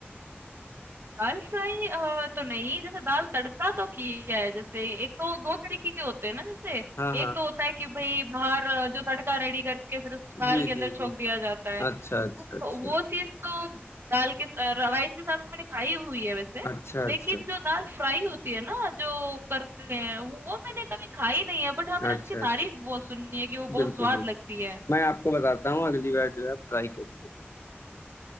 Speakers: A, on the right (about 60°); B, on the left (about 80°).
A: दाल फ्राई अ, तो नहीं, जैसे दाल तड़का तो किया है जैसे एक तो 2 तरीके के होते हैं ना जैसे,
B: हाँ हाँ
A: एक तो
B: हाँ
A: होता है कि भई बाहर अ, जो तड़का रेडी करके फिर उस दाल
B: जी
A: के अंदर
B: जी जी
A: छोंक दिया जाता है।
B: अच्छा अच्छा
A: उस
B: अच्छा
A: वो चीज़ तो दाल के अ, राइस के साथ मैंने खाई हुई है वैसे,
B: अच्छा
A: लेकिन
B: अच्छा अच्छा
A: जो दाल फ्राई होती है ना, जो करते हैं, वो मैंने कभी खाई नहीं है बट हाँ, मैंने
B: अच्छा
A: उसकी तारीफ़
B: अच्छा
A: बहुत सुनी है कि वो
B: बिल्कुल
A: बहुत स्वाद
B: बिल्कुल
A: लगती है।
B: मैं आपको बताता हूँ अगली बार जो है आप ट्राई करिएगा